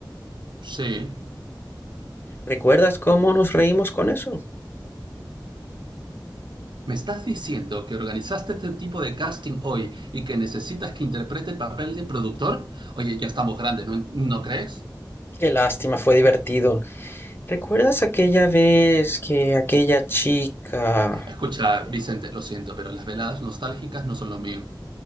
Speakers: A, on the right; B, on the left.
A: sí.
B: ¿Recuerdas cómo nos reímos con eso?
A: ¿Me estás diciendo que organizaste este tipo de casting hoy y que necesitas que interprete el papel de productor? Oye, ya estamos grandes, ¿no, ¿no crees?
B: Qué lástima, fue divertido. ¿Recuerdas aquella vez que aquella chica...
A: Escucha,
B: Eh,
A: Vicente, lo siento, pero las veladas nostálgicas no son lo mío.